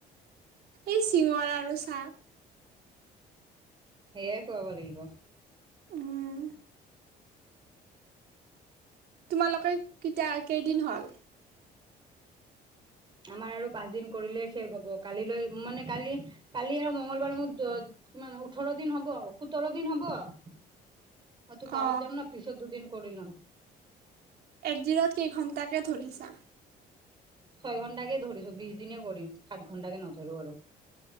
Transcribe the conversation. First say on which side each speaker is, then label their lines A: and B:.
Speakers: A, on the right; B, on the right.
A: এই চিঙৰা আৰু চাহ।
B: সেয়াই খুৱাব লাগিব।
A: উম। তোমালোকে কেতিয়া কেইদিন হ'ল?
B: আমাৰ আৰু পাঁচদিন কৰিলে শেষ হব, কালিলৈ মানে কালি কালি আৰু মঙ্গলবাৰ মোৰ। কিমান ওঠৰ দিন হ'ব সোতৰ দিন হ'ব মই তো গাঁৱত
A: অ
B: যাম ন। পিছত দুদিন কৰি লম।
A: একদিনত কেইঘণ্টাকে ধৰিছা?
B: ছয় ঘণ্টা কে ধৰিছো বিছ দিনে কৰিম, সাত ঘণ্টা কে নধৰো আৰু।